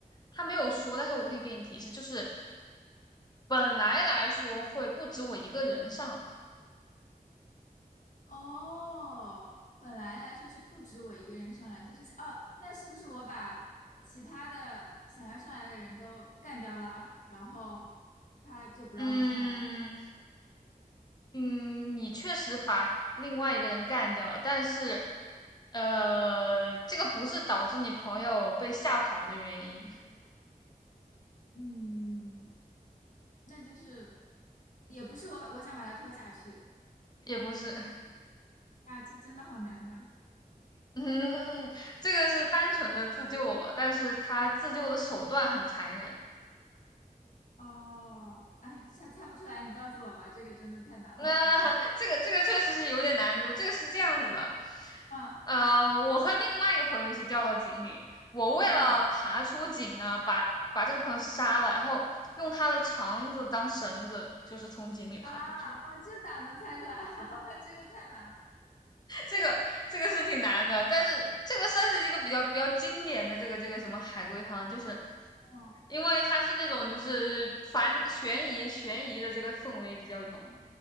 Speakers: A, on the left; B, on the left.
A: 他没有说，但是我可以给你提示，就是本来来说会不止我一个人上来，
B: 哦，本来来说是不止我一个人上来，这就是哦，那是不是我把其他的想要上来的人都干掉了，然后他就不让我上来了？
A: 嗯嗯，你确实把另外一个人干掉了，但是呃，这个不是导致你朋友被吓跑的原因，
B: 嗯，那就是也不是我我想把他拖下去
A: 也不是，
B: 啊，这真的好难呐、
A: <laughs> 嗯，这个是单纯的自救了，但是他自救的手段很残忍。
B: 哦，哎，猜猜不出来，你告诉我吧，这个真的太难了。
A: <laughs> 那、
B: <laughs>
A: 呃这个这个确实是有点难度。这个是这样子的，
B: 嗯
A: 呃，我和另外一个朋友一起掉到井里，我为了爬出井呢，
B: 嗯
A: 把把这个朋友杀了，然后用他的肠子当绳子，就是从井里爬出去。
B: 啊，哦，这咋能猜出来啊？<laughs> 这个太难了。
A: 这个这个是挺难的，但是这个算是一个比较比较经典的这个这个什么海龟汤，就是
B: 哦。
A: 因为它是那种就是反悬疑悬疑的这个氛围比较浓，